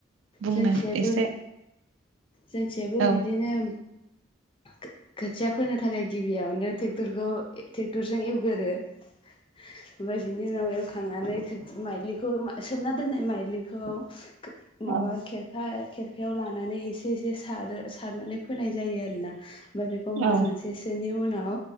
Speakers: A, on the right; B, on the left.
A: बुंनो
B: जोंथिजायाबो
A: एसे
B: बि जोंथिजायबो
A: औ
B: बिदिनो खो-खोथिया फोनो थाखाय गिबियावनो ट्रेक्टरखौ ट्रेक्टरजों एवगोरो ओमफ्राय बिनि उनाव एवखांनानै माइलिखौ सोमना दोननाय माइलिखौ माबा
A: औ
B: खेरखा खेर आखायाव लानानै एसे एसे सारो सारनानै फोनाय जायो आरोना ओमफ्राय बेखौ मास
A: औ
B: मोनसेसोनि उनाव